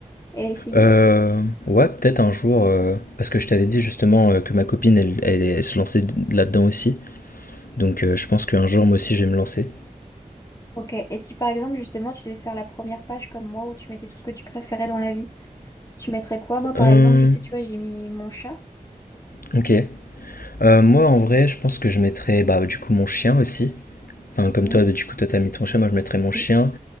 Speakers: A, on the left; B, on the left.
A: et essayer?
B: Euh, ouais, peut-être un jour, euh, parce que je t'avais dit justement euh, que ma copine, elle, elle, elle se lançait d- là-dedans aussi. Donc euh, je pense qu'un jour, moi aussi, je vais me lancer.
A: Ok. Et si par exemple, justement, tu devais faire la première page comme moi où tu mettais tout ce que tu préférais dans la vie, tu mettrais quoi? Moi, par
B: Euh,
A: exemple, je sais, tu vois, j'ai mis mon chat.
B: ok. Euh, moi, en vrai, je pense que je mettrais bah, du coup mon chien aussi. Enfin, comme
A: Hmm
B: toi, bah, du coup, toi, t'as mis ton chien, moi, je mettrais mon
A: Oui.
B: chien.